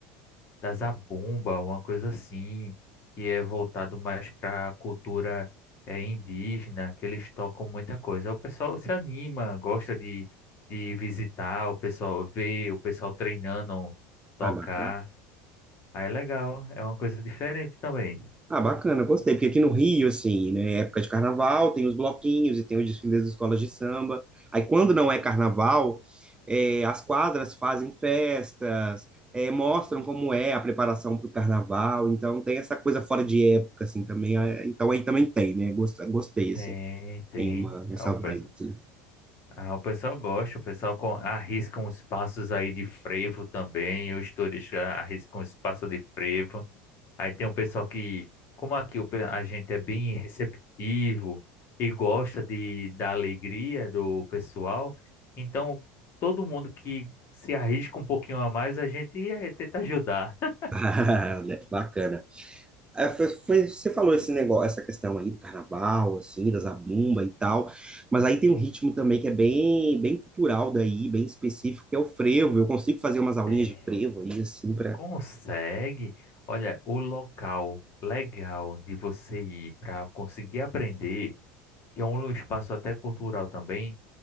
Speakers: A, on the left (about 45°); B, on the right (about 15°).
A: da Zabumba, uma coisa assim, que é voltado mais para a cultura eh, indígena, que eles tocam muita coisa. O pessoal se anima, gosta de de visitar, o pessoal vê, o pessoal treinando tocar.
B: Ah, bacana.
A: Aí é legal, é uma coisa diferente também.
B: Ah, bacana, gostei. Porque aqui no Rio, assim, né, é época de carnaval, tem os bloquinhos e tem os desfiles das escolas de samba. Aí, quando não é carnaval, eh, as quadras fazem festas, eh, mostram como é a preparação para o carnaval. Então, tem essa coisa fora de época, assim, também. Ah, Então, aí também tem, né? Gost- Gostei,
A: Tem,
B: assim,
A: tem.
B: tem uma, essa
A: Ah, O pessoal,
B: vibe, assim.
A: ah, o pessoal gosta, o pessoal com, arrisca uns passos aí de frevo também. Os turistas arriscam os passos de frevo. Aí tem um pessoal que, como aqui o pe- a gente é bem receptivo e gosta de, da alegria do pessoal, então todo mundo que se arrisca um pouquinho a mais, a gente eh, tenta ajudar. <laughs>
B: <laughs> Ah, né, Bacana. É, foi, foi- você falou esse negócio, essa questão aí do carnaval, assim, da zabumba e tal, mas aí tem um ritmo também que é bem, bem cultural daí, bem específico, que é o frevo. Eu consigo fazer umas aulinhas
A: Tem.
B: de frevo aí, assim, para
A: Consegue? Olha, o local legal de você ir para conseguir aprender, que é um espaço até cultural também,